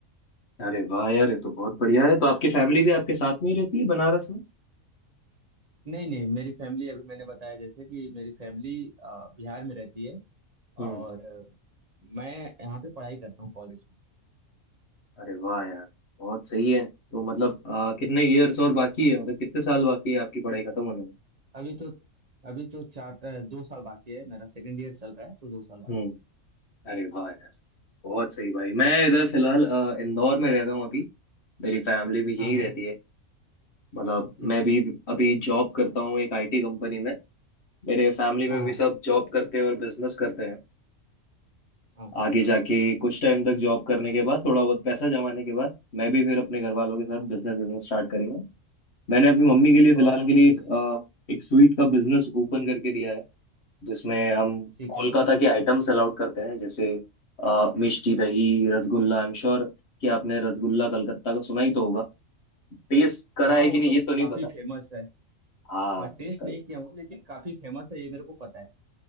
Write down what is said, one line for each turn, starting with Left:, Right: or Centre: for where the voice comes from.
Left: अरे वाह यार ये तो बहुत बढ़िया है तो आपकी फैमिली भी आपके साथ में ही रहती है बनारस में
Right: नहीं नहीं मेरी फैमिली अभी मैंने बताया जैसे कि मेरी फैमिली अ, बिहार में रहती है
Left: हम्म
Right: और अ, मैं यहाँ पे पढ़ाई करता हूँ कॉलेज में
Left: अरे वाह यार बहुत सही है तो मतलब आ, कितने ईयर्स और बाकी है मतलब कितने साल बाकी है आपकी पढ़ाई खत्म होने में
Right: अभी तो अभी तो चार अ, दो साल बाकी है मेरा सेकंड ईयर चल रहा है तो दो साल बाकी
Left: हम्म
Right: है
Left: अरे वाह यार बहुत सही भाई मैं इधर फिलहाल अ, इंदौर में रह रहा हूँ अभी मेरी फैमिली भी
Right: हाँ
Left: यहीं
Right: हाँ
Left: रहती है मतलब
Right: ठीक
Left: मैं
Right: ठीक
Left: भी अभी जॉब करता हूँ एक आईटी कंपनी में मेरे फैमिली में
Right: हाँ
Left: भी
Right: हाँ
Left: सब जॉब करते हैं और बिजनेस करते हैं
Right: हाँ
Left: आगे जाके कुछ टाइम तक जॉब करने के बाद थोड़ा बहुत पैसा जमाने के बाद मैं भी फिर अपने घर वालों के साथ
Right: हाँ
Left: बिजनेस बिजनेस स्टार्ट करूंगा मैंने अपनी मम्मी के लिए फिलहाल
Right: ओके
Left: के लिए एक अ, एक स्वीट का बिजनेस ओपन करके दिया है जिसमें हम
Right: ठीक
Left: कोलकाता
Right: है
Left: के आइटम्स अलाउड करते हैं जैसे अ, मिष्टी दही रसगुल्ला आई एम श्योर कि आपने रसगुल्ला कलकत्ता का सुना ही तो होगा टेस्ट करा
Right: हाँ
Left: है कि
Right: वो
Left: नहीं
Right: तो
Left: ये तो नहीं
Right: काफी फेमस है
Left: हाँ
Right: हाँ टेस्ट
Left: कल
Right: नहीं किया हूँ लेकिन काफी फेमस है ये मेरे को पता है